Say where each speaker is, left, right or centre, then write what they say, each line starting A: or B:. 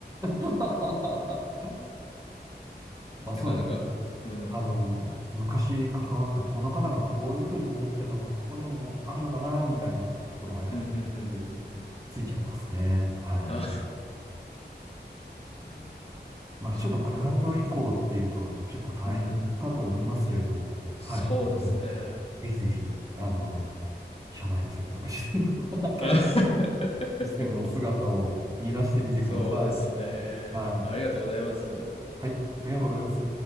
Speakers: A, on the right; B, on the left.
A: <laughs> まあそうですね。
B: なかなか、うん。
A: あの、昔関わったこの方がこういうふうに思ってたの、ここでもあるのかな、みたいなところはやっぱ
B: うん、うん、うん、うんうん
A: ついちゃいますね。はい。
B: うん。あ、いやー、
A: まあちょっとクラウド移行っていうと結構大変かと思いますけれども、
B: 面白いな。うん、
A: はい。
B: そうですね。
A: あの、ぜひぜひ、あの、社内を説得して、<laughs> 新しい
B: <laughs>
A: システムの姿を見出してみてください。
B: そうですね。
A: はい。
B: ありがとうございます。
A: はい。ありがとうございます。